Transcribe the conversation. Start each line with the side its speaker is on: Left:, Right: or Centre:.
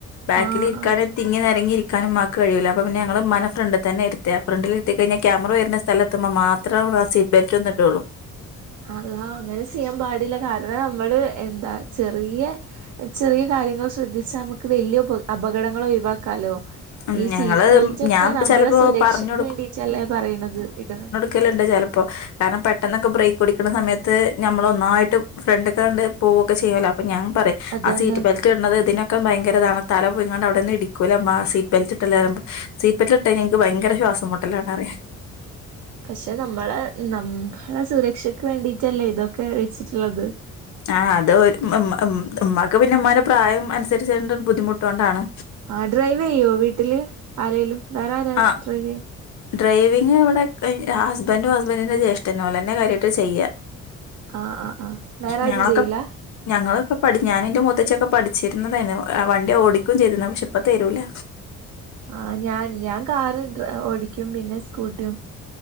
Left: ബാാക്കിലി
Right: ആഹ്
Left: ഇര്ക്കാനെ
Right: ആഹ്
Left: തിങ്ങിനേരങ്ങി ഇരിക്കാനും മ്മാക്ക് കഴൂല്ല അപ്പ പിന്ന ഞങ്ങള് മ്മാനെ ഫ്രണ്ട്തന്നെ ഇര്ത ഫ്രണ്ടില്ര്ത്തി കഴിഞ്ഞാ ക്യാമറ വര്ണ സ്ഥലത്തുമ്പ മാത്രേ ആഹ് സീറ്റ് ബെൽറ്റ് ഒന്ന് ഇടോള്ളൂ
Right: അല്ലാ അങ്ങനെ ചെയ്യാൻ പാടില്ല കാരണം നമ്മള് എന്താ ചെറിയ ചെറിയ കാര്യങ്ങൾ ശ്രദ്ധിച്ചാ നമുക്ക് വല്യ പ അപകടങ്ങളോ ഒഴിവാക്കാലോ
Left: ഉം
Right: ഈ
Left: ഞങ്ങള്
Right: സീറ്റ് ബെൽറ്റക്കെ
Left: ഞാൻ
Right: നമ്മള
Left: ചെലപ്പോ
Right: സുരക്ഷയ്ക്ക്
Left: പറഞ്ഞ്
Right: വേണ്ടീട്ടല്ലേ പറയണത് ഇടന്ന്
Left: ക്കല്ണ്ട് ചെലപ്പോ കാരണം പെട്ടെന്നൊക്കെ ബ്രേക്ക് ടിക്കുന്ന സമയത്ത് നമ്മള ഒന്നായിട്ടും ഫ്രണ്ട്ക്കെണ്ട് പോകുക്കെ ചെയ്യല്ലോ അപ്പ ഞാൻപറയും
Right: അത്
Left: ആഹ്
Right: തന്നെ
Left: സീറ്റ് ബെൽറ്റ് ഇട്ണത് ഇതിനൊക്കെ ഭയങ്കരതാണ് തല പോയിങാണ്ട് അവിടെന്ന് ഇടിക്കൂല മ്മാ സീ ബൽട്ടല്ലേ്പ സീറ്റി ബെലിട്ടയ്ഞ എനിക്ക് ഭയര ശ്വാസം മുട്ടല്ലാണറീ
Right: പക്ഷെ നമ്മളെ നമ്മള സുരക്ഷക്ക് വേണ്ടിട്ടല്ലേ ഇതൊക്കെ വെച്ചിട്ടുള്ളത്
Left: ആഹ് അത് ഉ ഉ ഉമ്മാക്ക് പിന്നെ ഉമ്മാടെ പ്രായം അനുസരിച്ച് ബുദ്ധിമുട്ടൊണ്ടാണ്
Right: ആഹ് ഡ്രൈവ് ചെയ്യോ വീട്ടില് ആരേലും വേറെ ആരാ
Left: ആഹ്
Right: ഡ്രൈവിംഗ്
Left: ഡ്രൈവിങ് ഇവിടെ ഹസ്ബൻഡും ഹസ്ബൻറിന്റെ ജ്യേഷ്ഠന്ന പോല്ലെന്നെ കാര്യയിട്ട് ചെയ്യാ
Right: ആഹ് ആഹ് ആഹ് വേറാരും
Left: ഞങ്ങളൊക്കെ
Right: ചെയ്യൂല
Left: ഞങ്ങളൊക്കെ പട് ഞാനും ന്റെ മൂത്തച്ചൊക്കെ പഠിച്ചിരുന്നതേനു വണ്ടി ഓടിക്കും ചെയ്തിര്ന്ന് പക്ഷെ ഇപ്പ തരൂല
Right: ആഹ് ഞാൻ ഞാൻ കാറ് ഓടിക്കും പിന്നെ സ്കൂട്ടിയും